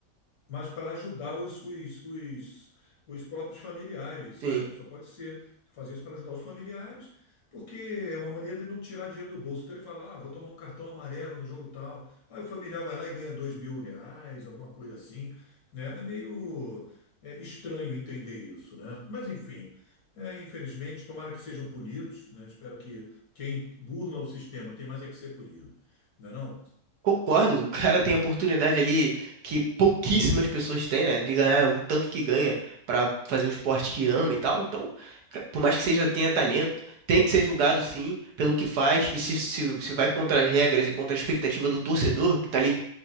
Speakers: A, on the left; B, on the right.
A: mas para ajudar os, os, os, os próprios familiares, sabe?
B: Sim.
A: Só pode ser fazer isso para ajudar os familiares, porque é uma maneira de não tirar dinheiro do bolso. Então ele fala, ah, vou tomar um cartão amarelo no jogo tal. Aí o familiar vai lá e ganha dois mil reais, alguma coisa assim, né? É meio é, estranho entender isso, né? Mas enfim. é, infelizmente, tomara que sejam punidos, né? Espero que quem burla o sistema tem mais é que ser punido, não é não?
B: Concordo, o cara tem a oportunidade ali que pouquíssimas pessoas têm, né? De ganhar o tanto que ganha pra fazer o esporte que ama e tal. Então, ca- por mais que seja tenha talento, tem que ser julgado sim pelo que faz. E se, se, se vai contra as regras e contra a expectativa do torcedor, que tá ali